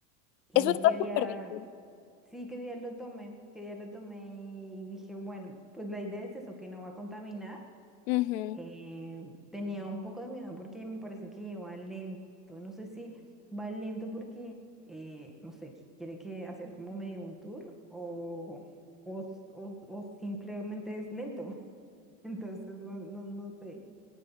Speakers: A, in the centre; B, on the left.
A: Y
B: Eso está
A: qué
B: súper
A: día,
B: bien.
A: sí, qué día lo tomé, qué día lo tomé y dije, bueno, pues la idea es eso, que no va a contaminar.
B: Ujú.
A: Eh, tenía un poco de miedo porque me parece que va lento. No sé si va lento porque, eh, no sé, quiere que hacer como medio un tour o, o, o- o simplemente es lento. <laughs> Entonces, no, no, no sé.